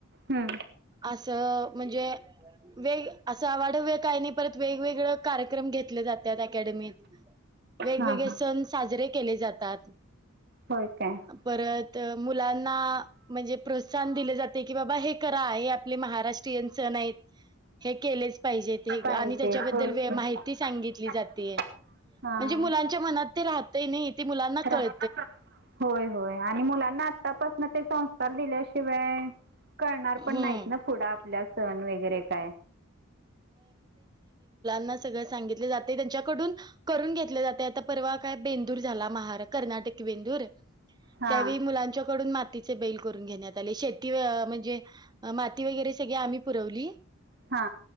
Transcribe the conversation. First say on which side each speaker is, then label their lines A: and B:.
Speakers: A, on the right; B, on the right.
A: हं.
B: असं म्हणजे, वेग असं आवाडव काही नाही परत वेगवेगळे कार्यक्रम घेतले जातात अकॅडमीत वेगवेगळे
A: हां हां
B: सण साजरे केले जातात,
A: होय काय
B: परत तर मुलांना म्हणजे प्रोत्साहन दिले जाते की बाबा हे करा आपले महाराष्ट्रीयन सण हे केलेच पाहिजे
A: पाहिजे
B: आणी त्याच्याबद्दल
A: होय की
B: माहिती सांगि जात
A: हा.
B: म्हणजे मुलांच्या मना राहत नाही ते मुलांना
A: रा-
B: कळ
A: होय होय आणि मुलांना आतापासून ते संस्कार दि शिवाय करणार
B: हं.
A: पण नाहीत ना पुढं आपल्या सण वगैरे काय
B: स सगित जाते त्यांच्याकडून करून घेत जाते आता परवा काय बेंदूर झाला महार कर्ट.
A: हा
B: त्या मुलांच्याडून म. ाती बैल करून घेण्यात आले शेती म्हणजे माती वगैरे सगळे आम्ही पुरवली.
A: हा